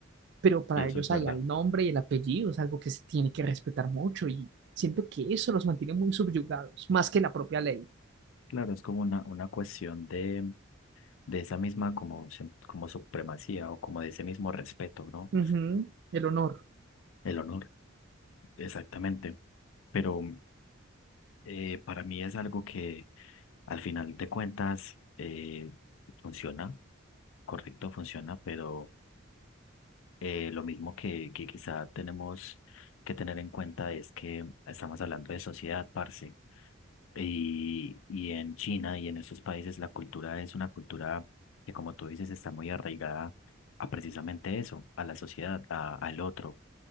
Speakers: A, on the right; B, on the left.
A: pero para
B: Y eso
A: ellos
B: es verdad.
A: hay el nombre y el apellido, es algo que se tiene que respetar mucho y siento que eso los mantiene muy subyugados, más que la propia ley.
B: Claro, es como una, una cuestión de de esa misma como, se- como supremacía o como de ese mismo respeto, ¿no?
A: Ujú, El honor
B: El honor, exactamente. Pero eh, para mí es algo que al final de cuentas eh, funciona, correcto, funciona, pero eh, lo mismo que, que quizá tenemos que tener en cuenta es que estamos hablando de sociedad, parce. Y, y en China y en esos países la cultura es una cultura que, como tú dices, está muy arraigada a precisamente eso, a la sociedad, a- al otro.